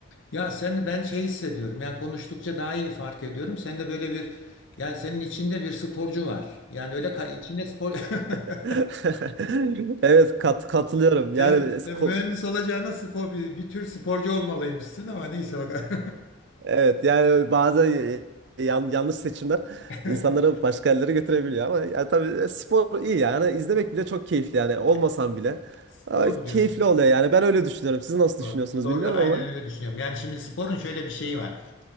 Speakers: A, on the left (about 70°); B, on the right (about 55°).
A: Ya sen ben şey hissediyorum. Yani konuştukça daha iyi fark ediyorum. Sen de böyle bir yani senin içinde bir sporcu var. Yani öyle ka- içinde spor <laughs>
B: <laughs> Evet kat katılıyorum. Yani
A: Sen,
B: ko-
A: sen mühendis olacağına spor bir, bir tür sporcu olmalıymışsın ama neyse bak.
B: evet yani bazen e, e, yan- yanlış seçimler
A: <laughs>
B: insanları başka yerlere götürebiliyor ama ya tabii e, spor iyi yani izlemek bile çok keyifli yani olmasam
A: Ya,
B: bile Ama
A: Doğru diyorsun.
B: keyifli oluyor yani ben öyle düşünüyorum. Siz nasıl
A: Doğru.
B: düşünüyorsunuz
A: Doğru
B: bilmiyorum
A: da aynen
B: ama
A: öyle düşünüyorum. Yani şimdi sporun şöyle bir şeyi var.